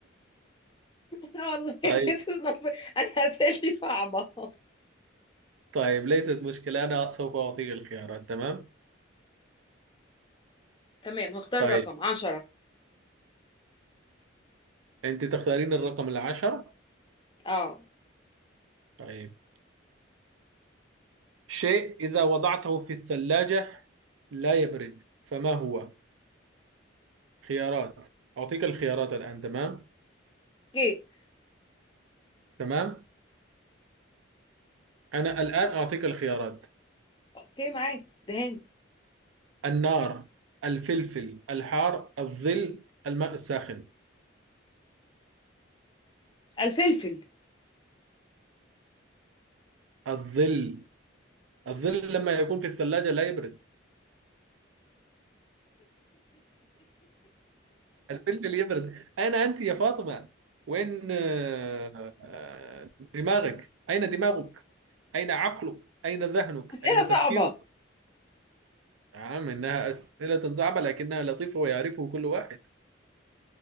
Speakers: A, on the left (about 25°); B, on the right (about 80°).
A: <laughs> والله
B: طيب
A: this is not fair انا اسئلتي صعبة <laughs>
B: طيب ليست مشكلة أنا سوف أعطيك الخيارات تمام
A: تمام هختار
B: طيب
A: رقم عشرة
B: أنت تختارين الرقم العشر
A: اه
B: طيب شيء إذا وضعته في الثلاجة لا يبرد فما هو خيارات أعطيك الخيارات الآن تمام
A: اوكي
B: تمام أنا الآن أعطيك الخيارات
A: اوكي معاك دهان
B: النار الفلفل الحار الظل الماء الساخن
A: الفلفل
B: الظل الظل لما يكون في الثلاجة لا يبرد الفلفل يبرد أين أنت يا فاطمة وين آه، آه، دماغك أين دماغك أين عقلك أين ذهنك
A: اسئلة
B: أين
A: صعبة
B: تفكيرك نعم إنها أسئلة صعبة لكنها لطيفة ويعرفه كل واحد